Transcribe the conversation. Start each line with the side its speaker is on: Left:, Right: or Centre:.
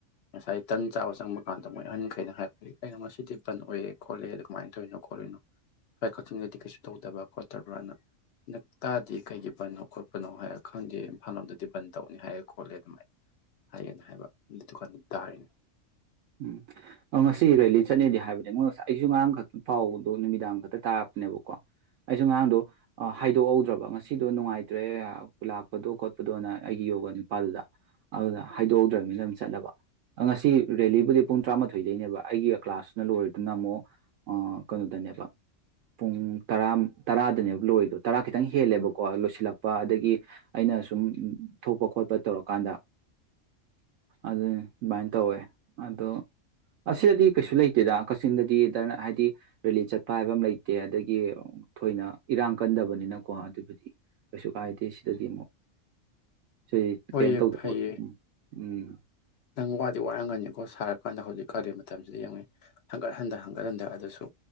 Left: ꯉꯁꯥꯏ ꯇꯟ ꯆꯥꯕ ꯆꯪꯕ ꯀꯥꯟꯗ ꯃꯣꯏ ꯑꯍꯟꯈꯩꯅ ꯍꯥꯏꯔꯛꯄꯗꯤ ꯀꯩꯅꯣ ꯉꯗꯤ ꯕꯟ ꯑꯣꯏꯌꯦ ꯈꯣꯠꯂꯦ ꯑꯗꯨꯀꯃꯥꯏ ꯇꯧꯔꯤꯅꯣ ꯈꯣꯠꯂꯤꯅꯣ ꯁ꯭ꯋꯥꯏ ꯀꯛꯆꯤꯡꯗꯗꯤ ꯀꯩꯁꯨ ꯇꯧꯗꯕ꯭ꯔꯥ ꯈꯣꯠꯇꯕ꯭ꯔꯅ ꯅꯛ ꯇꯥꯗꯦ ꯀꯩꯒꯤ ꯕꯟꯅꯣ ꯈꯣꯠꯄꯅꯣ ꯍꯥꯏꯔꯛꯄ ꯈꯪꯗꯦ ꯏꯝꯐꯥꯜ ꯂꯣꯝꯗꯗꯤ ꯕꯟ ꯇꯧꯅꯤ ꯍꯥꯏꯌꯦ ꯈꯣꯠꯂꯦ ꯑꯗꯨꯃꯥꯏ ꯍꯥꯏꯌꯦꯅ ꯍꯥꯏꯕ ꯑꯗꯨ ꯀꯥꯟ ꯇꯥꯔꯤꯅꯤ꯫
Right: ꯎꯝ ꯉꯁꯤ ꯔꯦꯂꯤ ꯆꯠꯅꯦꯗꯤ ꯍꯥꯏꯕꯅꯦ ꯃꯣꯏ ꯉꯁꯥꯏ ꯑꯩꯖꯨ ꯉꯔꯥꯡ ꯈꯛꯇ ꯄꯥꯎꯗꯣ ꯅꯨꯃꯤꯗꯥꯡ ꯈꯛꯇ ꯇꯥꯔꯛꯄꯅꯦꯕꯀꯣ ꯑꯩꯖꯨ ꯉꯔꯥꯡꯗꯣ ꯍꯥꯏꯗꯣꯛꯍꯧꯗ꯭ꯔꯕ ꯉꯁꯤꯗꯣ ꯅꯨꯡꯉꯥꯏꯇ꯭ꯔꯦ ꯂꯥꯛꯄꯗꯣ ꯈꯣꯠꯄꯗꯣꯅ ꯑꯩꯒꯤ ꯌꯣꯒ ꯅꯨꯄꯥꯗꯨꯗ ꯑꯗꯨꯅ ꯍꯥꯏꯗꯣꯛꯍꯧꯗ꯭ꯔꯕꯅꯤꯅ ꯑꯗꯨꯝ ꯆꯠꯂꯕ ꯑ ꯉꯁꯤ ꯔꯦꯂꯤꯕꯨꯗꯤ ꯄꯨꯡ ꯇꯔꯥꯃꯥꯊꯣꯏꯗꯩꯅꯦꯕ ꯑꯩꯒꯤ ꯀ꯭ꯂꯥꯁꯅ ꯂꯣꯏꯔꯗꯨꯅ ꯑꯃꯨꯛ ꯀꯩꯅꯣꯗꯅꯦꯕ ꯄꯨꯡ ꯇꯔꯥ ꯇꯔꯥꯗꯅꯦꯕ꯫ ꯂꯣꯏꯗꯣ ꯇꯔꯥ ꯈꯤꯇꯪ ꯍꯦꯜꯂꯦꯕꯀꯣ ꯂꯣꯏꯁꯤꯜꯂꯛꯄ ꯑꯗꯒꯤ ꯑꯩꯅ ꯁꯨꯝ ꯊꯣꯛꯄ ꯈꯣꯠꯄ ꯇꯧꯔꯀꯥꯟꯗ ꯑꯗꯨ ꯑꯗꯨꯃꯥꯏꯅ ꯇꯧꯋꯦ꯫ ꯑꯗꯣ ꯑꯁꯤꯗꯗꯤ ꯀꯩꯁꯨ ꯂꯩꯇꯦꯗ ꯀꯛꯆꯤꯡꯗꯗꯤ ꯗꯔ ꯍꯥꯏꯗꯤ ꯔꯦꯂꯤ ꯆꯠꯄ ꯍꯥꯏꯕ ꯑꯃ ꯂꯩꯇꯦ ꯑꯗꯒꯤ ꯊꯣꯏꯅ ꯏꯔꯥꯡ ꯀꯟꯗꯕꯅꯤꯅꯀꯣ ꯑꯗꯨꯕꯨꯗꯤ ꯀꯩꯁꯨ ꯀꯥꯏꯗꯦ ꯁꯤꯗꯗꯤ ꯑꯃꯨꯛ꯫ ꯁꯤ
Left: ꯍꯣꯏꯌꯦ
Right: ꯀꯌꯤꯝ ꯇꯧꯗꯕꯣ
Left: ꯐꯩꯌꯦ
Right: ꯎꯝ ꯎꯝ꯫
Left: ꯅꯪ ꯋꯥꯗꯤ ꯋꯥꯔꯝꯒꯅꯤꯀꯣ ꯁꯥꯔꯛꯀꯥꯟꯗ ꯍꯧꯖꯤꯛ ꯀꯥꯜꯂꯤ ꯃꯇꯝꯁꯤꯗ ꯌꯦꯡꯉꯣꯅꯦ ꯍꯟꯒꯠ ꯍꯟꯗ ꯍꯟꯒꯠ ꯍꯟꯗ ꯑꯗꯨꯁꯨ